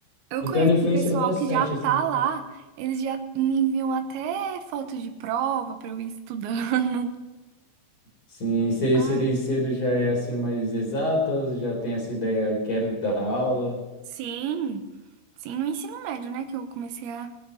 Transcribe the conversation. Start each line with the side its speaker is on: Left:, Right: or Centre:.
Right: Eu
Left: Então,
Right: conheço
Left: ela influencia
Right: um pessoal
Left: bastante,
Right: que já tá
Left: assim, né?
Right: lá, eles já me enviam até foto de prova pra eu ir estudando. <laughs>
Left: Sim, você
Right: Ai.
Left: você desde cedo já é assim mais exata, já tem essa ideia, quero dar aula,
Right: Sim, sim, no ensino médio, né, que eu comecei a,